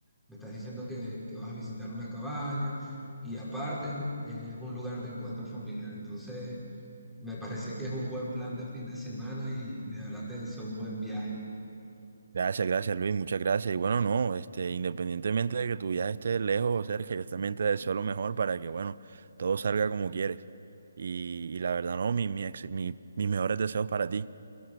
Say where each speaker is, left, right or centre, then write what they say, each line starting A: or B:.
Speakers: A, in the centre; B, on the right (about 50°).
A: me estás diciendo que, que vas a visitar una cabaña, y aparte eh, es un lugar de encuentro familiar. Entonces, me parece que es un buen plan de fin de semana y, y de verdad te deseo un buen viaje.
B: Gracias, gracias Luis, muchas gracias. Y bueno, no, este, independientemente de que tu viaje esté lejos o cerca, yo también te deseo lo mejor para que, bueno, todo salga como quieres. Y, y la verdad, no, mi, mi ex- mi- mis mejores deseos para ti.